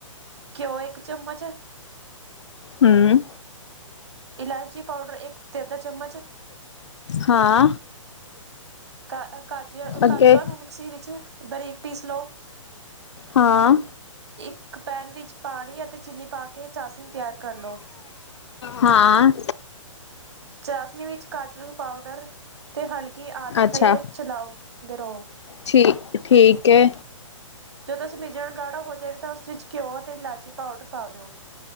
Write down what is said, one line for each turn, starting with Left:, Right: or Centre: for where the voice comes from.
Right: ਘਿਓ ਇੱਕ ਚਮਚ।
Left: ਹਮ।
Right: ਇਲਾਇਚੀ ਪਾਊਡਰ ਇੱਕ ਤੇ ਅੱਧਾ ਚਮਚ।
Left: ਹਾਂ।
Right: ਕਾ ਕਾਜੂ
Left: ਅੱਗੇ
Right: ਕਾਜੂਆਂ ਨੂੰ ਮਿਕਸੀ ਵਿੱਚ ਬਰੀਕ ਪੀਸ ਲਓ।
Left: ਹਾਂ।
Right: ਇੱਕ ਪੈਨ ਵਿੱਚ ਪਾਣੀ ਅਤੇ ਚੀਨੀ ਪਾ ਕੇ ਚਾਸੀਣੀ ਤਿਆਰ ਕਰ ਲਉ।
Left: ਹਾਂ।
Right: ਚਾਸਨੀ ਵਿੱਚ ਕਾਜੂ ਪਾਊਡਰ ਅਤੇ ਹਲਕੀ ਆਂਚ
Left: ਅੱਛਾ
Right: 'ਤੇ ਚਲਾਓ ਦ ਰਹੋ।
Left: ਠੀ ਠੀਕ ਹੈ।
Right: ਜਦੋਂ ਮਿਜਣ ਗਾੜਾ ਹੋ ਜਾਵੇ ਤਾਂ ਉਸ ਵਿੱਚ ਘਿਓ ਅਤੇ ਇਲਾਇਚੀ ਪਾਊਡਰ ਪਾ ਦਿਓ।